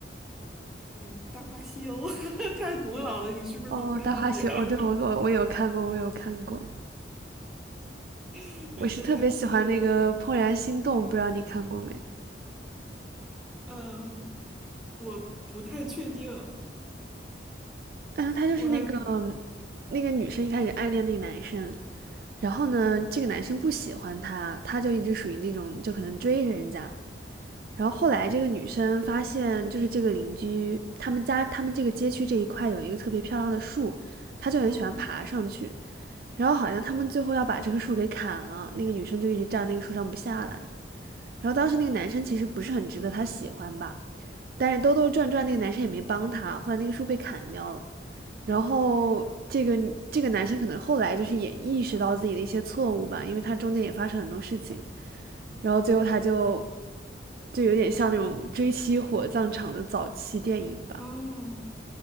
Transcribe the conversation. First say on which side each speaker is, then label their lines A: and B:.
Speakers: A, in the centre; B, on the right.
A: <laughs> 嗯，《大话西游》<laughs> 太古老了，你是不是都不知道呀？
B: 哦，《大话西游》哦，对，我我我有看过，我有看过。
A: <laughs>
B: 我是特别喜欢那个《怦然心动》，
A: 有一些太特别，
B: 不知道你看过没？
A: 嗯，呃我不太确定，
B: 嗯，他就是那个
A: 我还
B: 那个女生一开始暗恋那个男生，然后呢，这个男生不喜欢她，她就一直属于那种就可能追着人家。然后后来这个女生发现，就是这个邻居他们家他们这个街区这一块有一个特别漂亮的树，她就很喜欢爬上去。
A: 嗯
B: 然后好像他们最后要把这棵树给砍了，那个女生就一直站那个树上不下来。然后当时那个男生其实不是很值得她喜欢吧，但是兜兜转转那个男生也没帮他，后来那个树被砍掉了，然后这个这个男生可能后来就是也意识到自己的一些错误吧，因为他中间也发生很多事情，然后最后他就就有点像那种追妻火葬场的早期电影吧，
A: 哦，